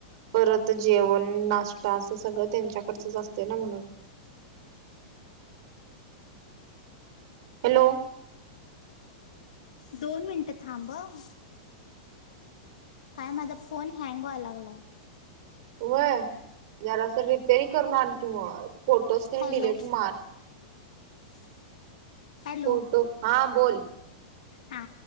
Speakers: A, on the right; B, on the left.
A: परत जेवण नाश्ता अस सगळं त्यांच्याकडचं असतं ना म्हणून हॅलो.
B: दोन मिनिटं थांब हं. काय माझा फोन हँग व्हाय लागलाय.
A: वय जरासं रिपेंरीग करून आण की मग फोटोस ते
B: हॅलो
A: डिलीट मार.
B: <unintelligible> हॅलो
A: फोटो हा बोल
B: हा